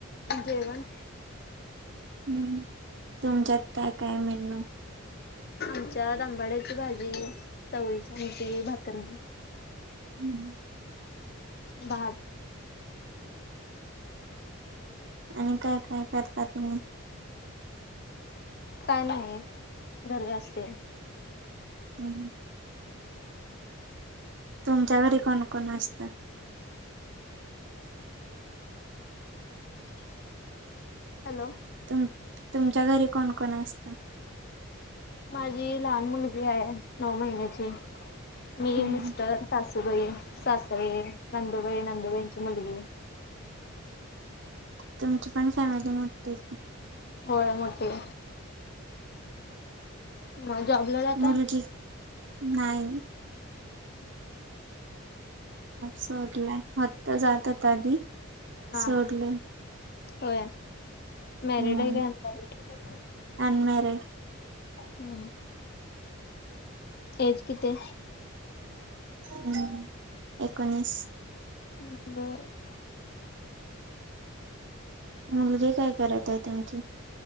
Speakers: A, on the left; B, on the right.
A: जेवण
B: हम्म तुमच्यात काय काय मेनू
A: आमच्या तंबाड्याची भाजी चवळीच्या आची भाकर
B: हम्म
A: बा
B: आणि काय काय करता तुम्ही
A: काय नाही घरी अस असते
B: हम्म तुमच्याकडे कोणकण असतं
A: हॅलो
B: तु तुमच्या घरी कोण कोण असतं
A: माझी लहान मुलगी आहे नऊ महिन्याची मी
B: हम्म
A: मिस्टर सासूबाई सासई नंदुबाई नंदुबाईंची मुलगी
B: तुमची पण फॅमिली मोठी
A: होय मोठे मग जॉबला जाताय?
B: मुलगी नाही सोरलाय होत्ता जातता आधी
A: हा
B: सोडले
A: हा हो
B: हम्म
A: मॅरिड आहे का अनमॅरिड
B: अनमॅरिड
A: ह एज किती
B: हम् एकोणीस
A: आहे?
B: मुलगी काय करत आहे त्यांची